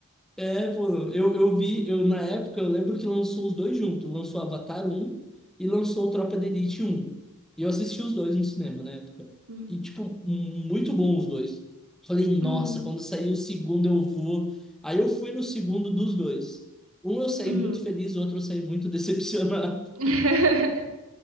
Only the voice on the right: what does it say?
Uhum.
Uhum.
Uhum.
<laughs>